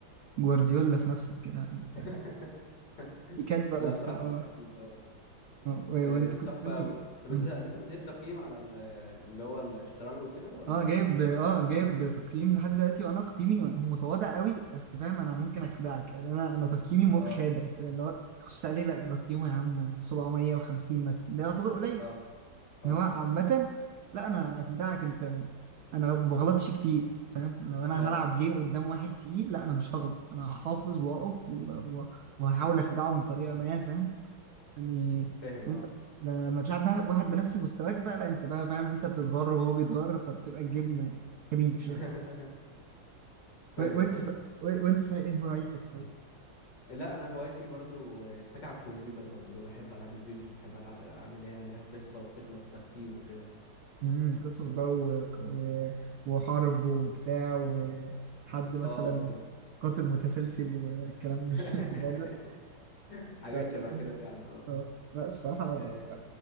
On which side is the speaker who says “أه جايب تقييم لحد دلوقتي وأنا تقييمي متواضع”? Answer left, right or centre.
Right